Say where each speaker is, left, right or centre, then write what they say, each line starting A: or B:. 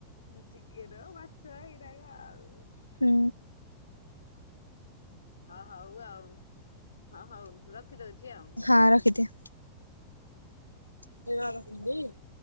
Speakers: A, on the left; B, on the left.
A: ଚିକେନ, ମାଛ ଏଇରାକ ଆଉ।
B: ହୁଁ।
A: ହ ହଉ ଆଉ ହଁ ହଉ ରଖିଦଉଛି ଆଉ।
B: ହଁ ରଖିଦିଅ। <unintelligible>